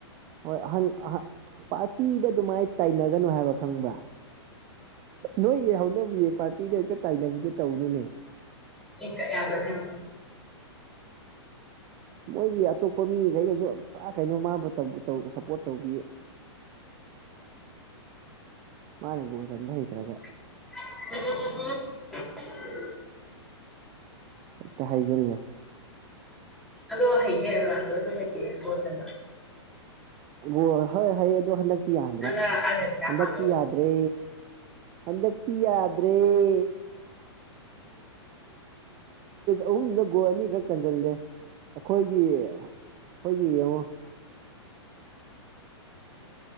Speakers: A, on the right (about 30°); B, in the centre.
A: ꯍꯣꯏ ꯑꯍꯟ ꯑ ꯄꯥꯔꯇꯤꯗ ꯑꯗꯨꯃꯥꯏꯅ ꯇꯥꯏꯅꯒꯅꯨ ꯍꯥꯏꯕ ꯈꯪꯕ꯭ꯔꯥ ꯅꯣꯏꯌꯦ ꯍꯧꯅꯕꯤꯌꯦ ꯄꯥꯔꯇꯤꯗ ꯍꯛꯇ ꯇꯥꯏꯅꯕꯤꯗ ꯇꯧꯅꯨꯅꯦ
B: ꯏ ꯌꯥꯗꯅ
A: ꯃꯣꯏꯒꯤ ꯑꯇꯣꯞꯄ ꯃꯤꯈꯩꯅꯁꯨ ꯄꯨꯔꯥ ꯀꯩꯅꯣ ꯃꯥꯕꯨ ꯇꯧꯕ ꯁꯞꯄꯣꯔꯠ ꯇꯧꯕꯤ ꯃꯥꯅꯦꯒꯣ ꯆꯟꯕ ꯍ ꯇ꯭ꯔꯒ
B: ꯍ ꯍ ꯍ
A: ꯍꯦꯛꯇ ꯍꯥꯏꯖꯤꯜꯂꯦ
B: ꯑꯗꯣ ꯍꯩꯦꯗꯁꯨ ꯍꯩꯦꯣꯜ ꯆ
A: ꯣ ꯍꯣꯏ ꯍꯣꯏ ꯑꯗꯣ ꯍꯟꯗꯛꯇꯤ ꯌꯥꯗ꯭ꯔꯥ
B: ꯅꯪꯅ ꯑꯥꯔꯖꯦꯟꯇꯤꯅꯥ
A: ꯍꯟꯗꯛꯇꯤ
B: ꯄꯥꯝꯕꯩ
A: ꯌꯥꯗ꯭ꯔꯦ ꯍꯟꯗꯛꯇꯤ ꯌꯥꯗ꯭ꯔꯦꯦ ꯑꯍꯨꯝꯗ ꯒꯣꯜ ꯑꯅꯤꯈꯛ ꯆꯟꯁꯤꯜꯂꯦ ꯑꯩꯈꯣꯏꯒꯤ ꯑꯩꯈꯣꯏꯒꯤ ꯌꯦꯡꯉꯣ
B: ꯎ